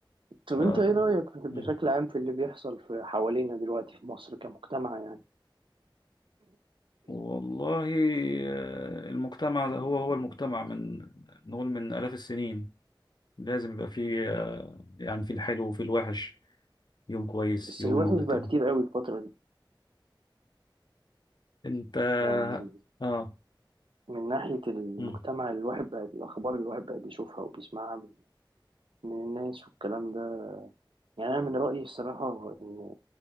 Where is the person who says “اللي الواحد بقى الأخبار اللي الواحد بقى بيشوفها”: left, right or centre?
Right